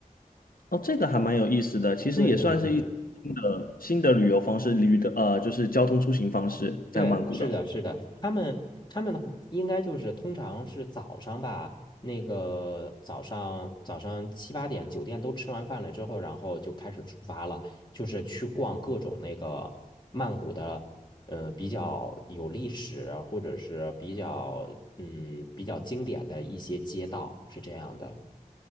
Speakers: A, on the left (about 85°); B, on the left (about 30°).
A: 哦，这个还蛮有意思的，其实也算是一种新的新的旅游方式，
B: 对对对。
A: 旅的呃，就是交通出行方式，在曼谷的话，
B: 对，是的，是的，他们他们的话应该就是通常是早上吧，那个早上早上七八点酒店都吃完饭了之后，然后就开始出发了，就是去逛各种那个曼谷的，呃，比较有历史或者是比较嗯比较经典的一些街道，是这样的。